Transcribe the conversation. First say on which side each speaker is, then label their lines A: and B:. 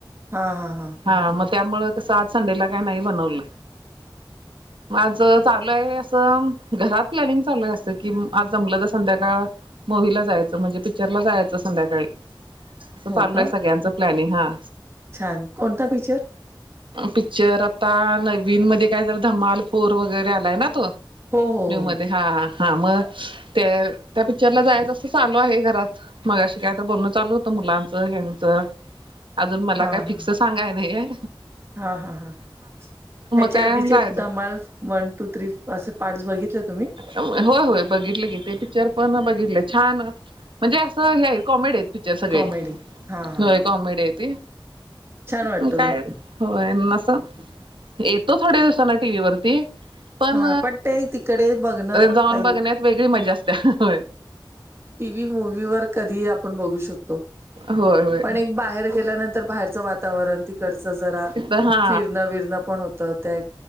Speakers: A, on the right; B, on the right.
A: हा हा हा
B: हा मग त्यामुं सात संडेला काही नाही बनवलं ग आज चालू आहे असं घरात प्लॅनिंग चालू आहे असं कि आज जमलं तर संध्याकाळ मूवी ला जायचं म्हणजे पिक्चरला जायचं संध्याकाळी अस
A: हो
B: चालू
A: का
B: आहे सगळ्यांचं प्लॅनिंग हा
A: छान कोणता फीचर
B: पिकच्चर आता नवीन मध्ये काय तर धमाल फोर वगैरे आलाय ना तो
A: हो हो
B: न्यू
A: हो
B: मध्ये
A: हो
B: हा हा मग ते त्या पिक्चरला जायचं असं चालू आहे घरात मग शिकत बोलणं चालू होतं मुलांचं हचं अजून मला
A: हा
B: काय फिक्स
A: हा
B: सांगाय नाही
A: हा हा हा ह्याच्या
B: काय
A: आधीचे
B: जायचं
A: धमाल वन टू थ्री असे पार्ट् बघितले तुम्ही
B: होय होय बघितले की ते पिक्चर पण बघितले छान म्हणजे असं हे कॉमेडी आहेत पिक्चर सगळे
A: कॉमेडी हा हा हा
B: कॉमेडी आहे त
A: छान वाटतो
B: म काय
A: तो
B: होस येतो थोड्या दिवसांना टी व्ही वरती पण
A: हा ते तिकडे बघणं
B: जाऊन
A: पाहि
B: बघण्यात वेगळी मजा असतेय
A: टीव्ही मूवी् वर कधी आपण बघू शकतो
B: होय होय
A: पण एक बाहेर गेल्यानंतर बाहेरचं वातावरण त इडच जरा
B: तिथं हा
A: फिरणं विरणं पण होत त्या